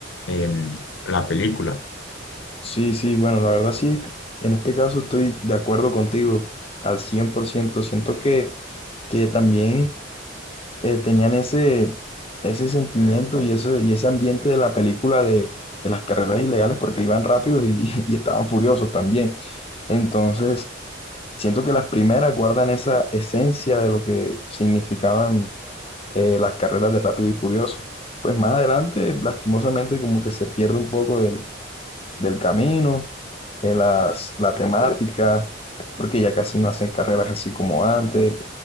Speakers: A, on the left; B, on the left.
A: em, la película.
B: Sí, sí, bueno, la verdad sí, en este caso estoy de acuerdo contigo al 100%. Siento que, que también eh, tenían ese, ese sentimiento y, eso, y ese ambiente de la película de, de las carreras ilegales porque iban rápidos y, <laughs> y estaban furiosos también. Entonces, siento que las primeras guardan esa esencia de lo que significaban eh, las carreras de Rápido y Furioso. Pues más adelante, lastimosamente, como que se pierde un poco del del camino, eh, las, la temática, porque ya casi no hacen carreras así como antes,